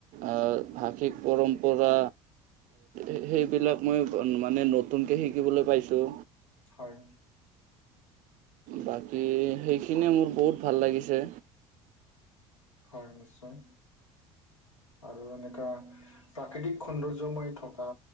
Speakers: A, on the right; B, on the left.
A: আ ভাষিক পৰম্পৰা সেইবিলাক মই মানে নতুনকে শিকিবলৈ পাইছো।
B: হয়।
A: বাকী সেইখিনিয়ে মোৰ বহুত ভাল লাগিছে।
B: হয় নিশ্চয়। আৰু এনেকা প্ৰাকৃতিক সৌন্দৰ্যময় থকা